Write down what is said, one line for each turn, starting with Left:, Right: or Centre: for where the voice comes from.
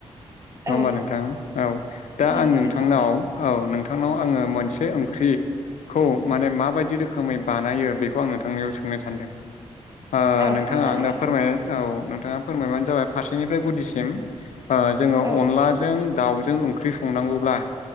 Left: नङा होमबा
Right: औ
Left: नोंथां? औ दा
Right: नंगौ
Left: आं नोंथांनाव
Right: नोंथां
Left: औ नों नोंथांनाव आङो मोनसे ओंख्रि खौ माने माबायदि रोखोमै बानायो बेखौ आं नोंथांनियाव सोंनो सानदों। ओ
Right: औ
Left: नोंथाङा
Right: सोंजागोन
Left: आंनो
Right: नोंथां
Left: फोरमाय औ नोंथाङा फोरमायबानो जाबाय फारसेनिफ्राय गुदिसिम। ओ जोङो
Right: औ
Left: अनलाजों दाउजों ओंख्रि संनांगौब्ला